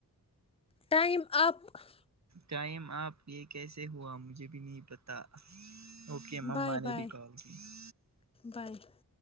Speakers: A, on the left (about 15°); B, on the right (about 45°).
A: ٹائم اپپ <unintelligible>
B: ٹائم آپ یہ کیسے ہوا مجھے بھی نہیں پتا ت اوکے مما
A: بائے
B: نے
A: بائے
B: بھی کال کی <unintelligible>
A: بائے <unintelligible>